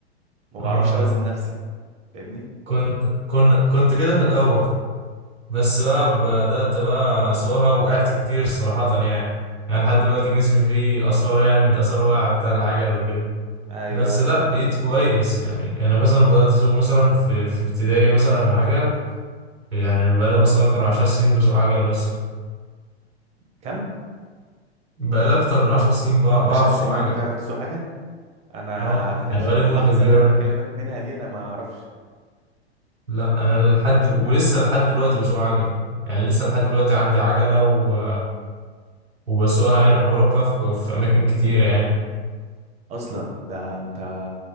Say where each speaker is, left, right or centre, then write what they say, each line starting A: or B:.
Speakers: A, on the right; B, on the right.
A: ما
B: اه
A: بعرفش أوازن نفسي فاهمني؟
B: كنت كنا كنت كده في الاول بس بقى بدأت بقى أسوقها وقعت كتير صراحة يعني يعني لحد دلوقتي جسمي فيه آثار يعني من الآثار واقعة بتاع العجل وكده
A: أيوه
B: بس لأ بقيت كويس يعني يعني مثلا بدأت أسوق مثلا في في ابتدائي مثلا عجل يعني أنا بقالي مثلا أكتر من عشر سنين بسوق عجل مثلا
A: كم؟
B: بقالي أكتر من عشر سنين بع-
A: عشر
B: بعرف
A: سنين
B: أسوق عجل
A: بتعرف تسوق عجل؟ أنا
B: أه
A: في
B: يعني
A: ال-
B: بقالي
A: في اللحظة
B: مدة كبيرة
A: اللي أنا
B: أوي
A: بكلمك منها دي أنا ما أعرفش
B: لأ أنا لحد دل- ولسه لحد دلوقتي بسوق عجل يعني لسه لحد دلوقتي عندي عجلة و... وبسوقها يعني وبروح بقى في في أماكن كتيرة يعني
A: اصلا ده انت